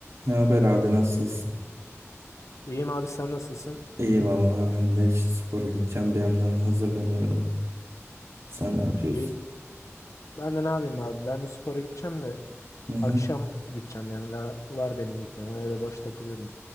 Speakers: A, on the right; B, on the left.
A: Ne haber abi nasılsın?
B: İyiyim abi sen nasılsın?
A: İyi vallahi ben de işte spora gideceğim bir yandan hazırlanıyorum. Sen ne yapıyorsun?
B: İyi. Ben de ne yapayım abi? Ben de spora gideceğim de
A: Hı hı.
B: akşam gideceğim yani daha var benim gitmem. Öyle boş takılıyordum.